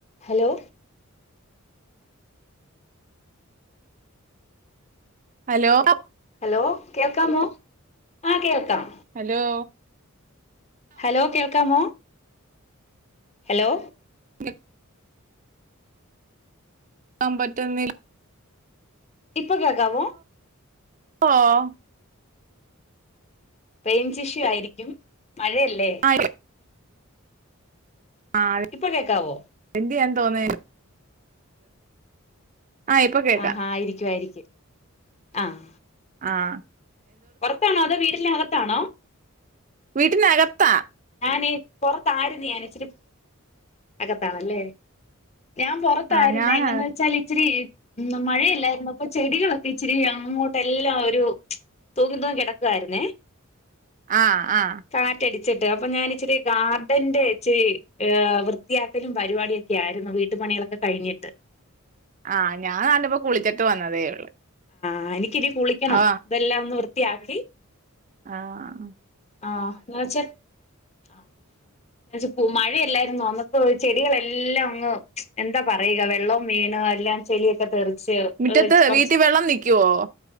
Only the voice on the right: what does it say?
hello ല്ലോ
hello
<inaudible> ൻ പറ്റുന്നില്ല
ഓഹ്
<unintelligible> ആഹ്
എന്തെ ചെയ്യാൻ തോനെ ആഹ് ഇപ്പൊ കേക്കാം
ആഹ്
വീട്ടിനകത്ത
ആ ഞാന
ആഹ് ആഹ്
ആഹ് ഞാൻ നല്ലപോ കുളിച്ചിട്ട് വന്നതേ ഉള്ളു.
ആ
ആഹ്
മുറ്റത്ത്
വീട്ടിൽ വെള്ളം നിക്കുവോ